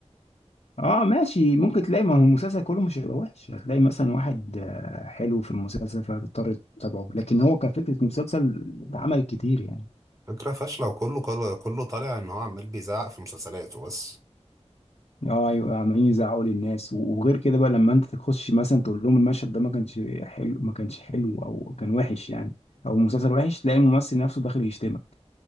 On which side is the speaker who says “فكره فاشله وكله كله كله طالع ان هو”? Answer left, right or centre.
Right